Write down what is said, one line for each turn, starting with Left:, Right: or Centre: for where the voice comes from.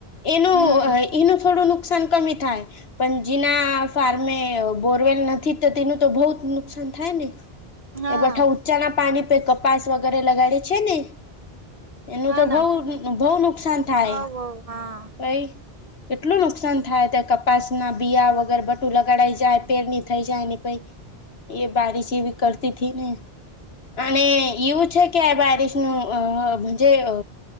Left: એનું
Right: હમ
Left: એનું થોડું નુકસાન કમી થાય પણ જીના ફાર્મે બોરવેલ નથી તો તેનું તો બહુ નુકસાન થાય ને.
Right: હા
Left: એ બધા ઊંચાના પાણી પરે કપાસ વગેરે લગાડે છે ને એનું
Right: હા
Left: તો
Right: ના
Left: બઉ બહુ નુકસાન થાય
Right: હ હા
Left: કઈ કેટલું નુકસાન થાય તો કપાસના બીયા વગર બટું લગાડાઈ જાય પેર ની થઈ જાય ને એ બારીશ એવી કરતી થી ને અને એવું છે કે આ બારિશનું જે અ